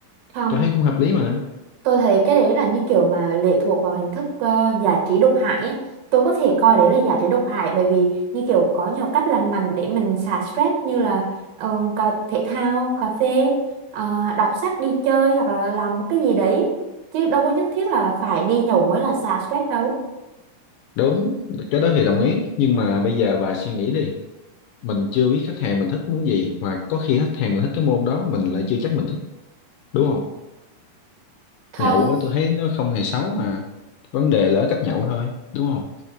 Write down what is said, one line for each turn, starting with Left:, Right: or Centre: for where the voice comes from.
Right: Không,
Left: tôi thấy cũng hợp lý mà
Right: tôi thấy cái đấy là như kiểu mà lệ thuộc vào hình thức ờ, giải trí độc hại ấy. Tôi có thể coi đấy là giải trí độc hại bởi vì như kiểu có nhiều cách lành mạnh để mình xả stress như là ờ, cà, thể thao, cà phê, ờ, đọc sách đi chơi hoặc là làm một cái gì đấy. Chứ đâu có nhất thiết là phải đi nhậu mới là xả stress đâu.
Left: Đúng, cái đó thì đồng ý, nhưng mà bây giờ bà suy nghĩ đi, mình chưa biết khách hàng mình thích muốn gì, mà có khi khách hàng mình thích cái môn đó, mình lại chưa chắc mình thích, đúng không?
Right: Không,
Left: Nhậu á, tôi thấy nó không hề xấu mà, vấn đề là ở cách nhậu thôi, đúng không?